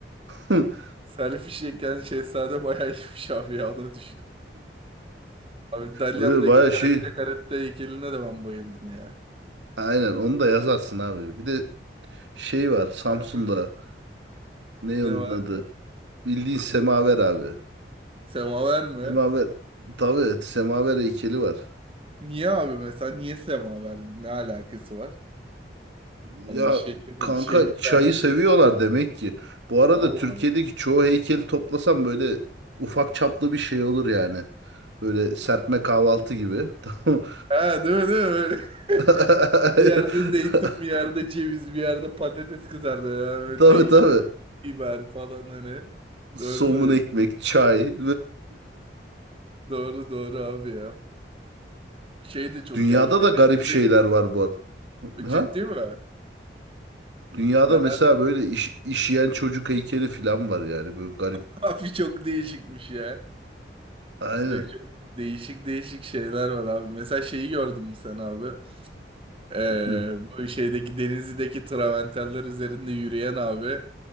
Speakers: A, on the right; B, on the right.
A: <laughs>
B: Selfie çeken şehzade bayağı iyiymiş abi ya onu düşün. Abi Dalyan'daki
A: Böyle baya
B: karette
A: şey.
B: karette heykeline de ben bayıldım ya.
A: Aynen onu da yazarsın abi. Bir de şey var Samsun'da.
B: <laughs>
A: Ne
B: Ne
A: onun
B: var?
A: adı? Bildiğin semaver abi.
B: Semaver mi?
A: Semaver. Tabii evet, semaver heykeli var.
B: Niye abi mesela niye semaver? Ne alakası var?
A: Ya
B: Hani o şehir,
A: kanka
B: şehirle
A: çayı
B: alakalı.
A: seviyorlar demek ki. Bu arada
B: Allah
A: Türkiye'deki
B: Allah.
A: çoğu heykeli toplasam böyle ufak çaplı bir şey olur yani. Böyle serpme kahvaltı gibi. <laughs> Tamam.
B: Ha değil mi değil mi öyle? <laughs>
A: <laughs>
B: Bir yerde zeytin bir yerde ceviz bir yerde patates kızardı. Yani böyle
A: Tabii
B: değişik
A: tabii.
B: biber falan hani. Doğru
A: Somun
B: söylüyorsun.
A: ekmek, çay.
B: Doğru doğru abi ya. Şey
A: <laughs>
B: de çok
A: Dünyada
B: ya. Bir Denizli'de
A: da garip şeyler var bu arada.
B: ciddi
A: Ha?
B: mi?
A: Dünyada
B: Neler?
A: mesela böyle iş, işeyen çocuk heykeli falan var yani böyle garip.
B: <laughs> Abi çok değişikmiş ya.
A: Aynen.
B: Çok, çok değişik değişik şeyler var abi. Mesela şeyi gördün mü sen abi? Ee,
A: Hı.
B: bu şeydeki Denizli'deki travertenler üzerinde yürüyen abi.